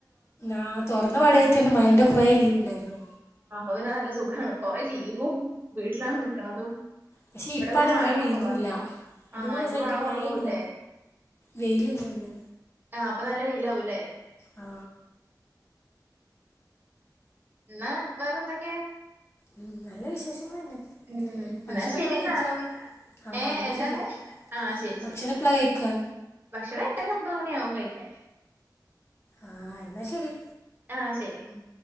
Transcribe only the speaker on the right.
അപ്പപിന്ന നല്ല സുഖാണ് കൊറെ ലീവും വീട്ടിലാണ് നിക്കണതും
ഇവിടെ
പിന്നെ
കുറവാ
ആഹ്
ഇപ്പൊ മഴ
കുറവാവൂല്ലേ
ആ അപ്പൊ നല്ല വെയിൽ ആവുല്ലേ
എന്നാ വേറെ എന്തൊക്കെ
മ് എന്നാ
ശരി
എന്നാ
ഏ
എന്താണ്
ആ ശരി
ശരി
ആഹ്
ഭക്ഷണം എട്ടര ഒമ്പ മ്പതു മണി ആകും കഴിക്കാന്
ആ ശരി ഉമ്